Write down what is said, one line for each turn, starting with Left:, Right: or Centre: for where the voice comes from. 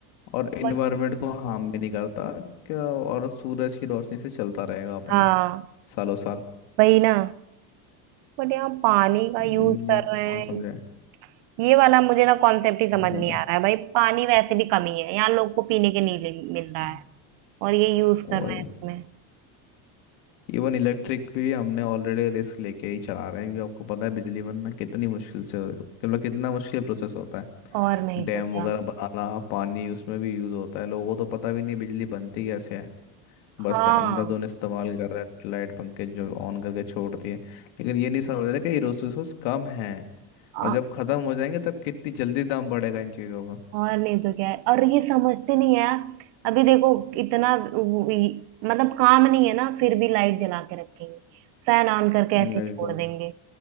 Left: और इन्वायरमेंट
Right: बट
Left: को हार्म भी नहीं करता क्या और सूरज की रोशनी से चलता रहेगा अपना
Right: हाँ
Left: सालों साल
Right: वही ना बट यहाँ पानी का यूज
Left: नहीं
Right: कर
Left: कौन
Right: रहे हैं
Left: समझे
Right: ये वाला मुझे ना कॉन्सेप्ट ही समझ
Left: बहुत
Right: नहीं
Left: गलत
Right: आ रहा है भाई पानी वैसे भी कमी है यहाँ लोग को पीने के नहीं मिल रहा
Left: है
Right: है और ये यूज करना
Left: वही
Right: है इसमें
Left: इवन इलेक्ट्रिक भी हमने ऑलरेडी रिस्क लेके ही चला रहे हैं क्योंकि आपको पता है बिजली बनना कितनी मुश्किल से मतलब कितना मुश्किल प्रोसेस होता है
Right: और नहीं
Left: डैम
Right: तो क्या
Left: वगैरह बनाना पानी उसमें भी यूज होता है लोगों को तो पता भी नहीं बिजली बनती कैसे है बस
Right: हाँ
Left: अंधाधुंध इस्तेमाल कर रहा है लाइट पंखे जो ऑन करके छोड़ दिए लेकिन ये नहीं समझ रहे कि ये रिसोर्सेस कम है और
Right: आ-
Left: जब खत्म हो जाएंगे तब कितनी जल्दी दाम बढ़ेगा इन चीज़ों का
Right: और नहीं तो क्या है और ये समझते नहीं है यार अभी देखो इतना वो- ये- मतलब काम नहीं है ना फिर भी लाइट जला के रखेंगे फैन ऑन करके ऐसे
Left: हम्म, बिल्कुल
Right: छोड़ देंगे